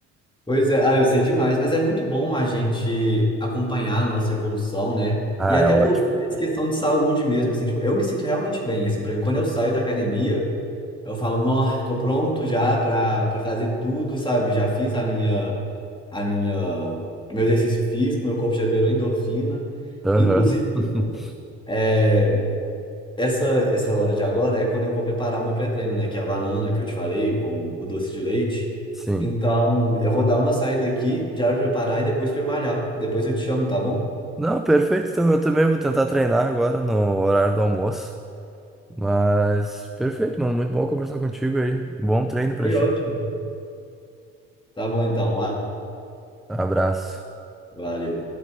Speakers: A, on the left; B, in the centre.
A: Pois é, ah, eu sei demais, mas é muito bom a gente acompanhar a nossa evolução, né?
B: Ah,
A: E até
B: é ótimo.
A: por por essa questão de saúde mesmo, assim, tipo, eu me sinto realmente bem, assim, pra mim, quando eu saio da academia, eu falo, nó, tô pronto já pra, pra fazer tudo, sabe? Já fiz a minha, a minha, meu exercício físico, meu corpo já liberou endorfina.
B: Aham.
A: Inclusive,
B: <laughs>
A: eh, Essa, essa hora de agora é quando eu vou preparar o meu pré-treino, né? Que é a banana que eu te falei com o doce de leite.
B: Sim.
A: Então, eu vou dar uma saída aqui, já preparar e depois fui malhar. Depois eu te chamo, tá bom?
B: Não, perfeito. Então eu também vou tentar treinar agora no horário do almoço. Mas perfeito, mano. Muito bom conversar contigo aí. Bom treino pra
A: Foi
B: ti.
A: ótimo. Tá bom então. Ah,
B: Abraço.
A: valeu.